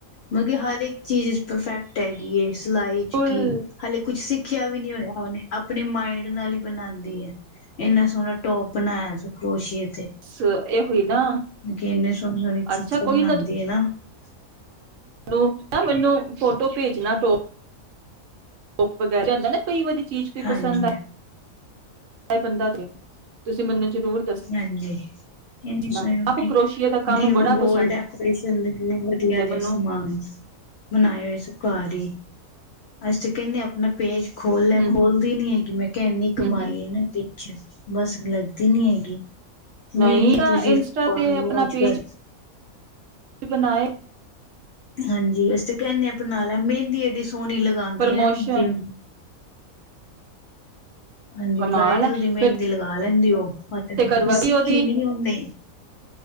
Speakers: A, on the left; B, on the right.
A: ਮਤਲਬ ਕਿ ਹਰ ਇੱਕ ਚੀਜ਼ 'ਚ ਪਰਫੈਕਟ ਐ। <unintelligible> ਜੁਲਈ ਚ
B: ਫੁੱਲ
A: ਕੀ ਹਾਲੇ ਕੁੱਛ ਸਿੱਖ ਸਿੱਖਿਆ ਵੀ ਨੀ ਹੋਇਆ ਉਹਨੇ ਆਪਣੇ ਮਾਇੰਡ ਨਾਲ ਹੀ ਬਣਾਦੀ ਏ, ਇੰਨਾ ਸੋਹਣਾ ਟੋਪ ਬਣਾਇਆ ਸੀ ਕਰੋਸ਼ੀਏ
B: ਸੋ ਇਹ ਹੋਈ ਨਾ
A: ਮਤਲਬ ਕਿ ਇੰਨੇ ਸੋਹਣੇ ਹਰ ਇੱਕ
B: ਅੱਛਾ
A: ਚੀਜ਼ਾਂ
B: ਕੋਈ
A: ਬਣਾਦੀ ਏ ਨਾ। <unintelligible>
B: ਉਹ ਨਾ ਮੈਨੂੰ ਫੋਟੋ ਭੇਜਣਾ ਟੋ ਟੋਪ ਵਗੈਰਾ ਜਾਂਦਾ ਨਾ ਕਈ ਵਾਰੀ ਚੀਜ਼ ਕੋਈ
A: ਹਾਂਜੀ
B: ਪਸੰਦ ਆਈ ਆਏ ਬੰਦਾ ਤੁਸੀਂ ਮੈਨੂੰ ਜ਼ਰੂਰ
A: ਹਾਂਜੀ ਇਹ ਨਹੀਂ
B: ਦੱਸਣਾ
A: ਸੁਣਓ
B: ਆਪ
A: ਕਿ
B: ਕਰੋਸ਼ੀਏ ਦਾ ਕੰਮ ਬੜਾ
A: ਗੋਲਡ
B: ਪਸੰਦ
A: ਐ, ਵਧੀਆ
B: ਤੇ ਮੈਨੂੰ
A: ਸਮਾਨ ਬਨਾਆ ਸੂ ਖਾਲੀ ਅਸੀਂ ਤੇ ਕਹਿੰਦੇ ਆਪਣਾ ਪੇਜ ਖੋਲ ਲੈ
B: ਹੂੰ
A: ਖੋਲਦੀ ਨੀ ਕਿਵੇੈਂ ਕਿ ਐਨੀ ਕਮਾਈ
B: ਹੂੰ ਹੂੰ
A: ਇਨਾ ਦੀ ਵੈਸੇ ਲੱਗਦੀ ਨੀ ਹੈ <unintelligible>
B: ਨਹੀਂ
A: ਮਹਿੰਦੀ
B: ਤਾਂ
A: ਤੁਸੀਂ
B: ਇੰਸਟਾ
A: ਲਗਵਾ
B: ਤੇ
A: ਲਓ
B: ਆਪਣਾ
A: ਅੱਜ
B: ਪੇਜ
A: ਕੱਲ
B: ਬਣਾਏ
A: ਹਾਂਜੀ ਅਸੀ ਤੇ ਕਹਿੰਦੇ ਹਾਂ ਬਣਾ ਲੈ ਮੇਂਦ ਦੀ ਐਡੀ ਸੋਹਣੀ ਲਗਾਉਂਦੀ
B: ਪ੍ਰਮੋਸ਼ਨ
A: ਹੈ ਨਾ ਜਿਵੇਂ ਹਾਂਜੀ
B: ਕਮਾਲ
A: ਬਰਾਈਡਲ
B: ਹੈ
A: ਦੀ ਮਹਿੰਦੀ
B: ਫਿਰ
A: ਦੀ ਲਗਾ ਦਿੰ ਦਿਓ ਮ
B: ਤੇ ਕਰਵਾ ਦੀ
A: ਸਿੱਖੀ
B: ਉਹਦੀ
A: ਨੀ ਆ ੳਨੇ